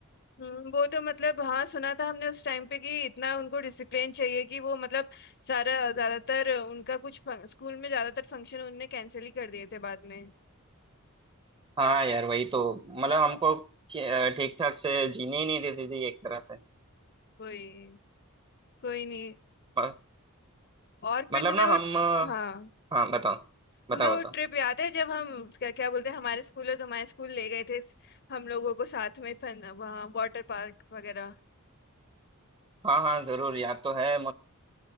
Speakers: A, on the left; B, on the right.
A: हम्म वो तो मतलब हाँ सुना था हमने उस टाइम पे कि इतना उनको डिसिप्लिन चाहिए कि वो मतलब सारा ज्यादातर उनका कुछ फं- स्कूल में ज्यादातर फंक्शन उनने कैंसिल ही कर दिए थे बाद में
B: हाँ यार वही तो मतलब हमको ठीक ठाक से जीने ही नहीं देती थी एक तरह से
A: कोई कोई नहीं
B: पर-
A: और फिर
B: मतलब
A: तुम्हें
B: ना
A: वो
B: हम अ,
A: हाँ
B: हाँ बताओ
A: तुम्हें
B: बताओ
A: वो
B: बताओ
A: ट्रिप याद है जब हम क्या क्या बोलते हैं हमारे स्कूल और तुम्हारे स्कूल ले गए थे हम लोगों को साथ में फन वहाँ वाटर पार्क वगैरह
B: हाँ हाँ जरूर याद तो है